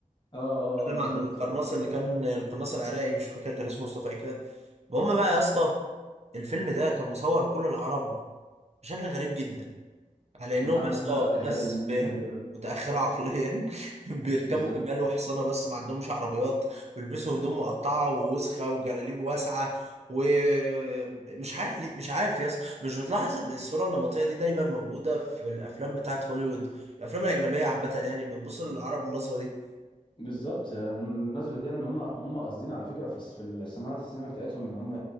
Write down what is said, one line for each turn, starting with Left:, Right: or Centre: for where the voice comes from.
Left: اه
Right: بيتكلم
Left: اه بالظبط
Right: عن القناص
Left: اه
Right: اللي كان القناص العراقي مش فاكر كان اسمه مصطفى ايه كده المهم بقى يا اسطى الفيلم ده كان مصور كل العرب بشكل غريب جدا على
Left: طلعنا
Right: انهم يا اسطى
Left: احنا ارهابيين
Right: ناس ب-
Left: وكده
Right: متاخره عقليا <laughs> بيركبوا
Left: بالظبط
Right: جمال وحصانه بس ما عندهمش عربيات بيلبسوا هدوم مقطعه ووسخه وجلاليب واسعه ومش عارف مش عارف يا اسطى مش بتلاحظ ان الصوره النمطيه دي دايما موجوده في الافلام بتاعت هوليوود الافلام الاجنبيه عامه يعني بتبص للعرب بالنظره دي
Left: بالظبط آه، النظرة دي ان هم هم قاصدين على فكرة في في الصناعات السينما بتاعتهم ان هم